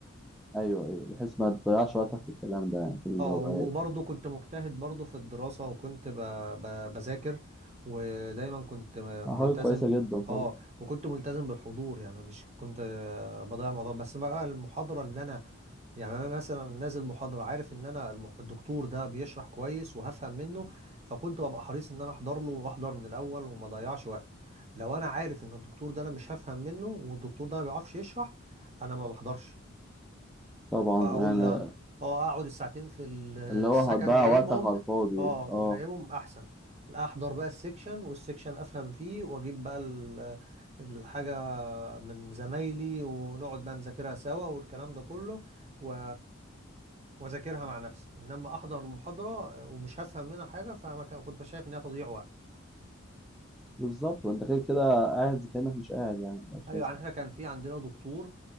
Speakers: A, in the centre; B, on the right.
A: ايوه ايوه بحيث ما تضيعش وقتك في الكلام ده يعني في الهوايات
B: اه وبرضه كنت مجتهد برضه في الدراسة وكنت ب- ب- بذاكر ودايما كنت
A: آه،
B: ملتزم
A: حاجه كويسه جدا طبعا
B: اه وكنت ملتزم بالحضور يعني مش كنت آه، بضيع الموضوع بس بقى المحاضرة اللي انا يعني انا مثلا نازل محاضره عارف ان انا الم- الدكتور ده بيشرح كويس وهفهم منه فكنت ببقى حريص ان انا احضر له واحضر من الاول وما اضيعش وقت لو انا عارف ان الدكتور ده انا مش هفهم منه والدكتور ده ما بيعرفش يشرح انا ما بحضرش
A: طبعا
B: بقول
A: يعني
B: لا اه اقعد الساعتين في ال-
A: اللي هو
B: السكن
A: هتضيع
B: نايمهم
A: وقتك على الفاضي
B: اه
A: اه
B: ونايمهم احسن لا احضر بقى السكشن والسكشن افهم فيه واجيب بقى ال- الحاجة من زمايلي ونقعد بقى نذاكرها سوا والكلام ده كله و... واذاكرها مع نفسي انما احضر المحاضرة ومش هفهم منها حاجة فما كان كنت شايف انها تضييع وقت
A: بالظبط وانت كده كده قاعد زي كانك مش قاعد يعني مش
B: ايوه
A: لازم
B: يعني احنا كان في عندنا دكتور